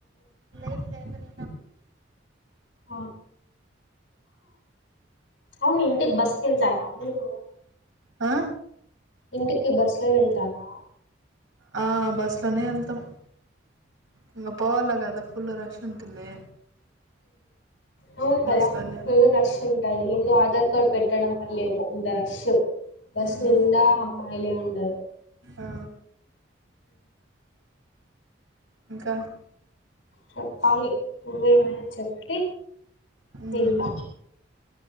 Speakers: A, on the right (about 80°); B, on the left (about 65°).
A: అట్లే ఏమి లేదు.
B: ఓ అవును ఇంటికి బస్కెళ్తారా అరు
A: ఆ
B: ఇంటికి బస్ లో వెళ్తారా
A: ఆ బస్ లోనే వెళ్తాం. ఇంకా పోవాల కాదా ఫుల్ రష్ ఉంటుంది.
B: అవును కదా
A: బస్సులోనే
B: ఫుల్ రష్ ఉంటది. ఎందొ ఆధార్ కార్డ్ పెట్టడం వల్ల ఏమో ఉంటాది. స్ బస్
A: మ్మ్
B: నిండా అమ్మాయిలే ఉంటారు
A: ఆ ఇంకా
B: చెప్పాలి నువ్వేమైనా చెప్తే
A: హ్మ్.
B: వింటా